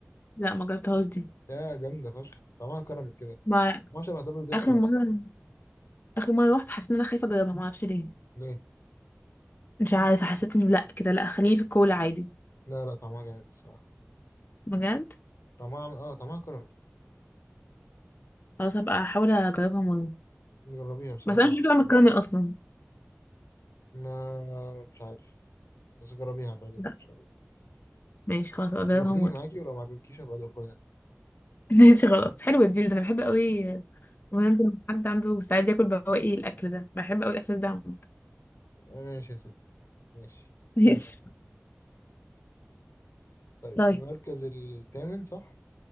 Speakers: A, on the left; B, on the left.
A: لا ما جربتهاش دي
B: لا جامده فشخ طعمها كراميل كده
A: ما
B: ما شبه دبل دير
A: اخر
B: كراميل
A: مره اخر مره رحت حسيت ان انا خايفه اجربها ما اعرفش ليه
B: ليه
A: مش عارفه حسيت انه لا كده لا خليه في الكولا عادي
B: لا لا طعمها جامد الصراحه
A: بجد
B: طعمها اه طعمها كراميل
A: خلاص هبقى احاول اجربها مره
B: جربيها بصراحه
A: بس انا مش بحب اعمل
B: خرافه
A: الكراميل اصلا
B: ما مش عارف يعني. بس جربيها هتعجبك
A: لا
B: ان شاء الله
A: ماشي خلاص هبقى اجربها
B: بياخديني
A: مره
B: معاكي ولو ما عجبكيش هبقى اخدها انا
A: <laughs> ماشي خلاص حلو الديل ده انا بحب قوي وننزل مع حد عنده استعداد ياكل بواقي الاكل ده بحب قوي الاحساس ده عامة.
B: <laughs> ماشي يا ستي ماشي
A: <laughs> ماشي
B: تمشي طيب
A: طيب
B: في المركز الثامن صح